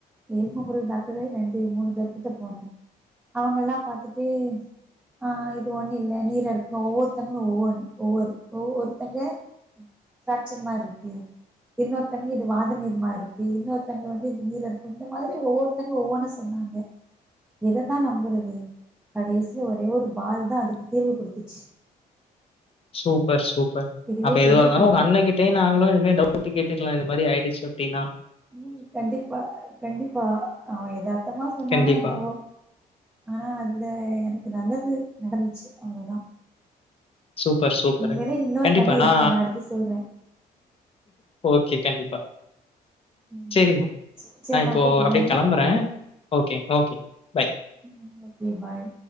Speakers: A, in the centre; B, on the left.
A: எலும்பு முறிவு டாக்டரே ரெண்டு மூணு பேர்கிட்ட போனே அவுங்கெல்லா பாத்துட்டு ஆ இது ஒண்ணு இல்ல நீரா இருக்கு ஒவ்வொருதங்க ஒவ்ஒன்னு ஒவ்வொரு ஒவ்வொருத்தங்க சாச்சன் மாரி இருக்கு இன்னொருத்தங்க இது வாத நீர்மா ருக்கு இன்னொருத்தங்க வந்து இது நீரா இருக்கு இந்த மாரி ஒவ்வொரு தங்க ஒவ்வொன்னு சொன்னாங்க எத தா நம்புறது கடைசில ஒரே ஒரு பால் தா அதுக்கு தீர்வு குடுத்துச்சு
B: சூப்பர் சூப்பர்
A: இதுவே
B: அப்ப எதுவாக
A: பெரிய
B: இருந்தாலு
A: படிப்பு
B: உங்க அண்ணங்கிட் டயு நாங்களு இனிமே டவுட் கேட்டுக்கலா இந்த மாரி ஆயிடுச்சு அப்டினா
A: ம் கண்டிப்பா கண்டிப்பா அவ எதார்த்தமா சொன்னானா
B: கண்டிப்பா.
A: என்னவோ ஆனா அந்த எனக்கு நல்லது நடந்துச்சு அவ்ளோதா
B: சூப்பர் சூப்பரு
A: உண்மையிலே இன்னொரு
B: கண்டிப்பா
A: கத
B: நா
A: இருக்கு அடுத்து சொல்றே
B: ஓகே கண்டிப்பா
A: ம்
B: சேரிமா
A: சேரி
B: நா இப்போ
A: கூப்புட்றே
B: அப்டியே கெளம்புறே ஓகே ஓகே பை.
A: ம் ஓகே பாய்